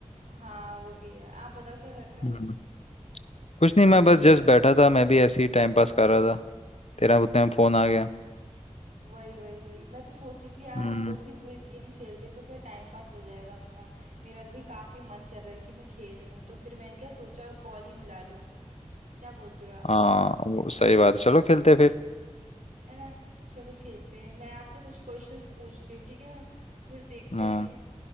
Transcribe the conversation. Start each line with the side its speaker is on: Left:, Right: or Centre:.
Right: हाँ वो भी है आप बताओ क्या कर रहे हो
Left: हम्म कुछ नहीं मैं बस जस्ट बैठा था मैं भी ऐसे ही टाइम पास कर रहा था तेरा उतने में
Right: अच्छा
Left: फोन
Right: अच्छा
Left: आ गया
Right: वही वही वही मैं तो सोच रही थी यार
Left: हम्म
Right: हम लोग भी क्विज गेम खेलते तो क्या टाइम पास हो जाएगा अपना मेरा भी काफी मन कर रहा है कि मैं खेलूं तो फिर मैंने क्या सोचा कॉल ही मिला लूं क्या बोलते हो आप
Left: हाँ वो सही बात है चलो खेलते हैं फिर
Right: है ना चलो खेलते हैं मैं आपसे कुछ क्वेश्चंस पूछती हूँ ठीक है ना तो फिर देखते
Left: हाँ
Right: हैं